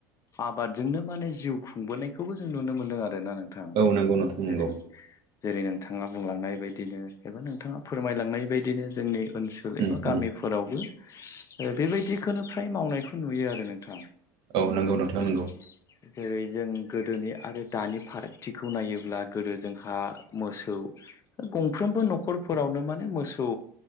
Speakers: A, on the left (about 35°); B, on the right (about 55°).
A: आबादजोंनो माने जिउ खुंबोनायखौबो जों नुनो मोनदों आरो आरोना नोंथां
B: औ नंगौ नोंथां
A: जेरै
B: नंगौ
A: जेरै नों थाङा बुंलांनाय बायदिनो एबा नोंथाङा फोरमायलांनाय बायदिनो जोंनि ओनसोल
B: उम
A: एबा
B: उम
A: गामिफोरावबो बेबायदिखौनो फ्राय मावनायखौ नुयो आरो नोंथां।
B: औ नंगौ नोंथां
A: जेरै
B: नंगौ
A: जेरै जों गोदोनि आरो दानि फारागथिखौ नायोब्ला गोदो जोंहा मोसौ गंफ्रोमबो न'खरफोरावनो माने मोसौ